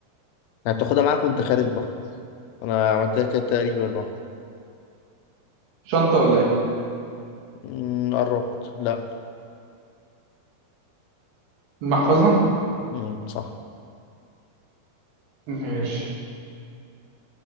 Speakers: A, on the left; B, on the right.
A: يعني بتاخدها معاك وأنت خارج بره أنا عملتها كده تقريبا لوحدي
B: شنطة ولا ايه
A: مم، قربت لا
B: المحفظة
A: مم. صح
B: ماشي